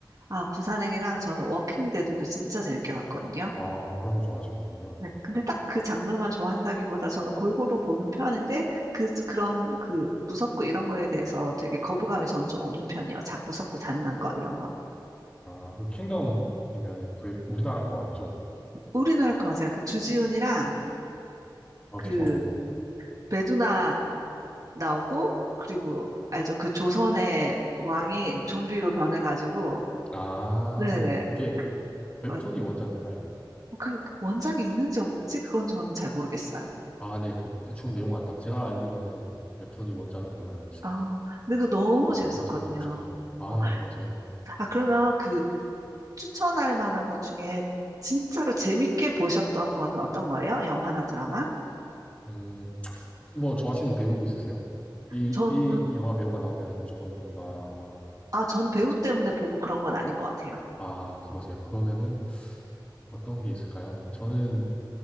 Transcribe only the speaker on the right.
아, 부산행이랑 저는 워킹 데드도 진짜 재밌게 봤거든요.
네, 근데 딱 그 장르만 좋아한다기보다 저는 골고루 보는 편인데 그 그런 그 무섭고 이런 거에 대해서 되게 거부감이 저는 좀 없는 편이에요. 자, 무섭고 잔인한 거 이런 거.
우리나라 거 맞아요. 그 주지훈이랑
그
배두나 나오고 그리고 알죠? 그 조선의 왕이 좀비로 변해가지고
네네네
그,
어,
그 원작이 있는지 없는지 그건 저는 잘 모르겠어요.
아 근데 그거 너무
재밌었거든요.
어,
아 그러면 그 추천할 만한 것 중에 진짜로 재밌게 보셨던 거는 어떤 거예요? 영화나 드라마?
저는
아 저는 배우 때문에 보고 그런 건 아닌 것 같아요.